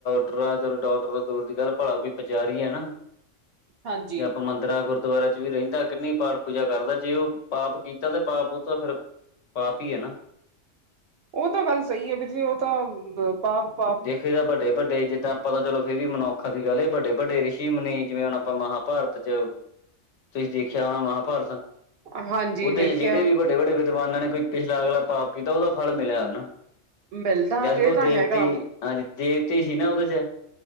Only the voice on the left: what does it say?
ਮੈਂ ਕਿਹਾ ਚਲੋ ਡਾਕਟਰ ਤੋਂ ਦੁੂਰ ਦੀ ਗੱਲ, ਭਲਾ ਉਹ ਵੀ ਪਚਾਰੀ ਆ ਨਾ
ਜੇ ਆਪਾਂ ਮੰਨ ਜਿਹਰਾਂ ਗੁਰਦੁਆਰਿਆਂ ਚ ਵੀ ਰਹਿੰਦਾ ਕਿੰਨੀ ਪਾਠ ਪੂਜਾ ਕਰਦਾ, ਜੇ ਉਹ ਪਾਪ ਕੀਤਾ ਤੇ ਪਾਪ ਉਹ ਤਾਂ ਫਿਰ ਪਾਪ ਈ ਐ ਨਾ
ਦੇਖ ਆ ਫ਼ੇਰ ਵੱਡੇ-ਵੱਡੇ ਜਿੱਦਾਂ ਪਤਾ ਚਲੋ ਫੇਰ ਵੀ ਮਨੁੱਖ ਅੱਖਾਂ ਦੀ ਗੱਲ ਏ ਵੱਡੇ- ਵੱਡੇ ਰਿਸ਼ੀ ਮੁਨੀ ਜਿਵੇਂ ਹੁਣ ਆਪਾਂ ਮਹਾਭਾਰਤ ਚ ਤੁਸੀਂ ਦੇਖਿਆ ਹੋਣਾ ਮਹਾਭਾਰਤ,
ਉਹਦੇ
ਚ ਜਿਹੜੇ ਵੀ ਵੱਡੇ- ਵੱਡੇ ਜਮਾਨਾਂ ਨੇ ਕੋਈ ਪਿਛਲਾ ਅਗਲਾ ਪਾਪ ਕੀਤਾ ਉਹਦਾ ਫਲ ਮਿਲਿਆ ਹਨਾ,
ਜਦਕਿ
ਉਹ
ਤੇ
ਹਾਂਜੀ, ਦੇਵਤੇ ਹੀ ਨਾ ਉਹਦੇ ਚ